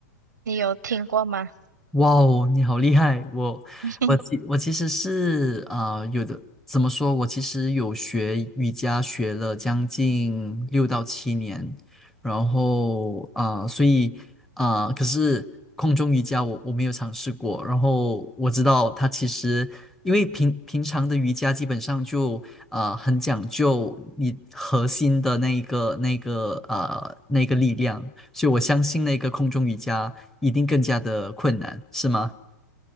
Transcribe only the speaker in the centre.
哇哦，你好厉害！我我其我其实是啊、
呃有的怎么说？我其实有学瑜伽，学了将近六到七年，然后啊、呃所以啊、呃可是空中瑜伽我我没有尝试过。然后我知道它其实因为平平常的瑜伽基本上就啊、呃很讲究你核心的那一个那个啊那个力量。所以我相信那个空中瑜伽一定更加的困难，是吗？